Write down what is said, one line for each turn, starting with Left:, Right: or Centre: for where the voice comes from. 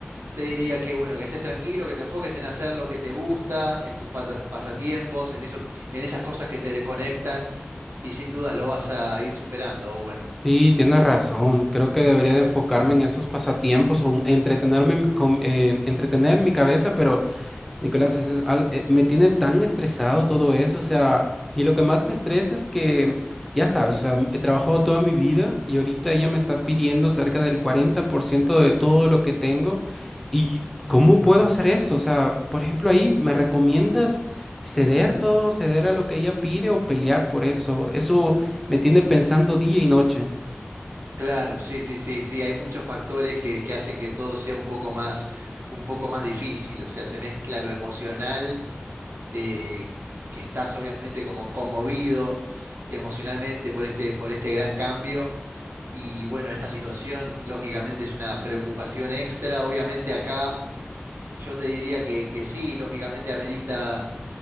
Right: Te diría que bueno, que estés tranquilo, que te enfoques en hacer lo que te gusta, en tus pasa- pasatiempos, en eso, en esas cosas que te desconectan y sin dudas lo vas a ir superando, Owen.
Centre: Sí, tienes razón, creo que debería de enfocarme en esos pasatiempos o en entretenerme, en mi- con- eh, entretener mi cabeza, pero... Nicolás, es- es al- eh, me tiene tan estresado todo eso, o sea, y lo que más me estresa es que, ya sabes, o sea, he trabajado toda mi vida y ahorita ella me está pidiendo cerca del 40% de todo lo que tengo y ¿cómo puedo hacer eso? O sea, por ejemplo, ahí, ¿me recomiendas ceder todo, ceder a lo que ella pide o pelear por eso? Eso me tiene pensando día y noche.
Right: Claro, sí, sí, sí, sí, hay muchos factores que, que hacen que todo sea un poco más, un poco más difícil, o sea, se mezcla lo emocional, eh, que estás obviamente como conmovido emocionalmente por este, por este gran cambio, y bueno, esta situación lógicamente es una preocupación extra, obviamente acá yo te diría que, que sí, lógicamente amerita